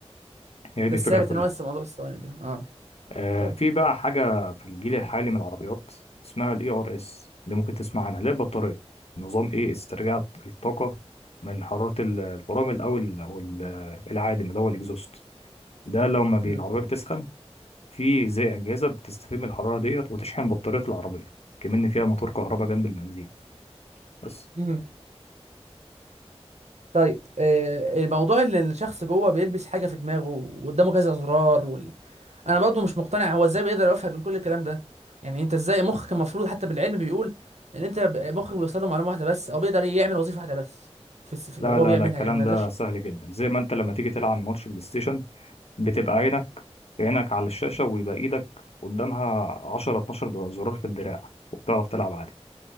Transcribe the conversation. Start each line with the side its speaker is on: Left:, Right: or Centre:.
Left: هي دي
Right: بس
Left: الفكره
Right: ثابت
Left: كلها
Right: ان هو لسه موضوع الثواني ده اه
Left: آه،
Right: طيب
Left: في بقى حاجة في الجيل الحالي من العربيات اسمها الاي ار اس اللي ممكن تسمع عنها اللي هي البطارية نظام ايه استرجاع الطاقة من حرارة ال- الفرامل او ال- أو ال- العادم اللي هو الاكزوست ده لما بي-
Right: مم.
Left: العربية بتسخن في زي أجهزة بتستفيد من الحرارة ديت وتشحن بطارية العربية كمان فيها موتور كهرباء جنب البنزين بس
Right: مم. طيب آه الموضوع اللي الشخص جوه بيلبس حاجه في دماغه وقدامه كذا زرار انا برضو مش مقتنع هو ازاي بيقدر يوفق بين كل الكلام ده يعني انت ازاي مخك المفروض حتى بالعلم بيقول ان انت ب- مخك بيوصل له معلومه واحده بس او بيقدر يعمل وظيفه واحده بس في الس- في-
Left: لا
Right: هو
Left: لا
Right: بيعملها
Left: لا الكلام
Right: يعني ما
Left: ده
Right: يقدرش
Left: سهل جدا زي ما انت لما تيجي تلعب ماتش بلاي ستيشن بتبقى عينك عينك على الشاشة ويبقى إيدك قدامها 10 12 دو- زرار في الدراع وبتعرف تلعب عادي